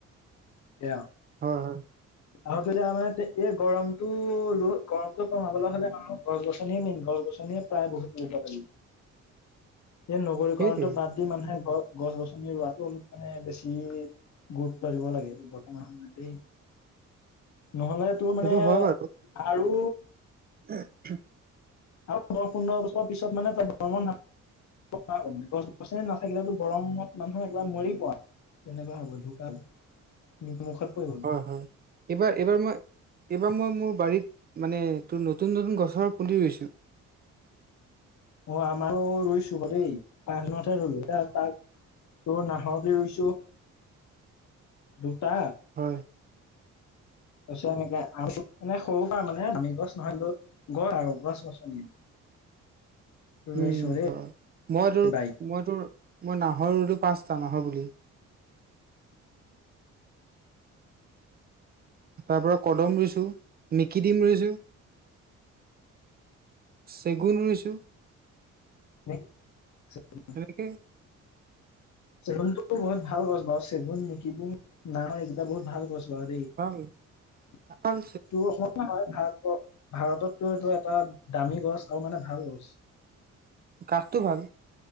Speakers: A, on the left; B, on the right.
A: কে আৰু।
B: হয় হয়।
A: আৰু তেতিয়া মানে এই গৰমটো ৰ গৰম ত' কমাবলৈ হ'লে মানুহ গছ গছনি মেইন, গছ গছনিয়ে প্ৰায় বহুত ৰুব লাগে। সেই নগৰীকৰণটো
B: সেইটোৱে
A: বাদ দি মানুহে গ গছ গছনি ৰোৱাটো অলপ মানে বেছি গুৰুত্ব দিব লাগে বৰ্তমান সময়ত দেই, ন'হলে তোৰ
B: সেইটো
A: মানে
B: হয় বাৰু
A: আৰু
B: <inaudible>
A: আৰু দহ পোন্ধৰ বছৰৰ পিছত মানে তই ভ্ৰমণ <unintelligible> গছ গছনি নাথাকিলেতো গৰমত মানুহ একবাৰে মৰিব। তেনেকুৱা হ'ব ঢুকা, নিত মুখত পৰিব।
B: হয় হয়। এইবাৰ, এইবাৰ মই এইবাৰ মই মোৰ বাৰীত মানে তোৰ নতুন নতুন গছৰ পুলি ৰুইছোঁ।
A: অ' আমাৰো ৰুইছোঁ বাৰু দেই। পাঁচদিনতহে ৰুলো <unintelligible> তোৰ নাহৰ বিধ ৰুইছোঁ দুটা
B: হয়।
A: তাৰপিছত এনেকে আৰু মানে সৰু পৰা মানে দামী গছ নহয় <unintelligible> ঘৰ আৰু গছ গছনি। ৰুইছো
B: উম,
A: দেই
B: হয়। মই তোৰ,
A: বাইক
B: মই তোৰ, মই নাহৰ ৰুলোঁ পাঁচটা নাহৰ পুলি। তাৰ পৰা কদম ৰুইছোঁ, মিকি ডিম ৰুইছোঁ। চেগুন ৰুইছোঁ।
A: <unintelligible>
B: <unintelligible>
A: চেগুনটোতো বহুত ভাল গছ বাৰু চেগুন <unintelligible> এইকেইটা বহুত ভাল গছ <unintelligible>
B: ভাল ভাল
A: তোৰ হল <inaudible> ভাৰত ব ভাৰততটো এইটো এটা দামী গছ আৰু মানে ভাল গছ
B: কাঠটো ভাল